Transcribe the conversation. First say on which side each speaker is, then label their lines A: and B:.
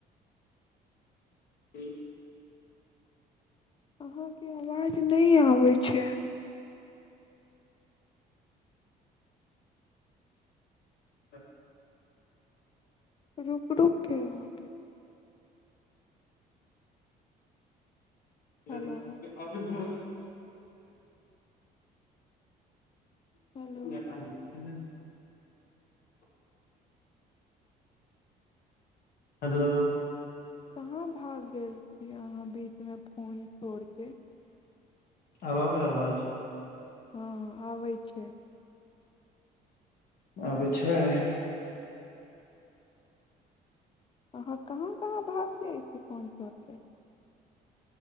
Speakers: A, on the left; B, on the left.
A: हूँ
B: अहाँके आवाज नहि आबै छै
A: त <unintelligible>
B: रुक रूक के आबय
A: तर
B: हेलो
A: अैभव <unintelligible>
B: हेलो
A: टा <unintelligible> हेलो
B: कहाँ भाग गेल छी अहाँ बीचमे फोन छोड़ि कऽ
A: आब आबैया आवाज
B: हँ आबै छै
A: आबै छै
B: ओ <unintelligible> कहाँ कहाँ भाग जाय फोन छोड़ कें